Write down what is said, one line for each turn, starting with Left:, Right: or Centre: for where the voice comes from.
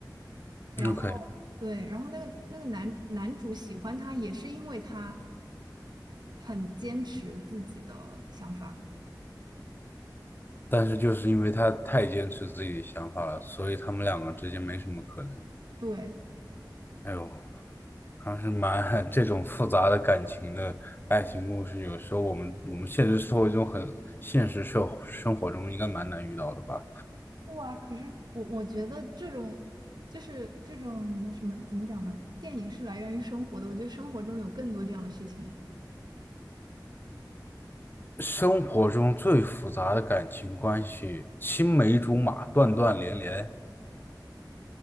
Right: 然后。
Left: OK，
Right: 对，然后那个那个男男主喜欢她，也是因为她很坚持自己的想法。
Left: 但是就是因为他太坚持自己的想法了，所以他们两个之间没什么可能。
Right: 对，
Left: 哎呦，还是蛮 <laughs> 这种复杂的感情的爱情故事，有时候我们我们现实生活中很现实社生活中应该蛮难遇到的吧。
Right: 哇，可是我我觉得这种就是这种什么怎么讲呢？电影是来源于生活的，我觉得生活中有更多这样的事情哎。
Left: 生活中最复杂的感情关系，青梅竹马，断断连连。